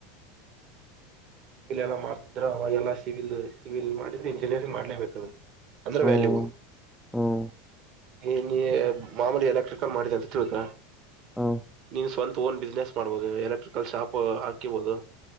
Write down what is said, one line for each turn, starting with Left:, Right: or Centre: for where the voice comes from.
Right: <inaudible> ಸಿವಿಲ್ ಎಲ್ಲ ಮಾಡ್ತಿದ್ರ ಅವಾಗೆಲ್ಲಾ ಸಿವಿಲ್ ಸಿವಿಲ್ ಮಾಡಿದ್ರೆ ಇಂಜಿನಿಯರಿಂಗ್ ಮಾಡ್ಲೇಬೇಕದು ಅಂದ್ರೆ
Centre: ಹ್ಮ್
Right: ವ್ಯಾಲ್ಯೂ
Centre: ಹ್ಮ್
Right: ನೀ ನೀ ಮಾಮೂಲಿ ಎಲಕ್ರಿಕಲ್ ಮಾಡಿದೆ ಅಂತ ತಿಳ್ಕ
Centre: ಹ್ಮ್
Right: ನೀನ್ ಸ್ವಂತ ಹೊನ್ ಬಿಸ್ನೆಸ್ ಮಾಡ್ಬಹುದು ಎಲೆಕ್ಟ್ರಿಕಲ್ ಶಾಪ್ ಹಾಕಿಬಹುದು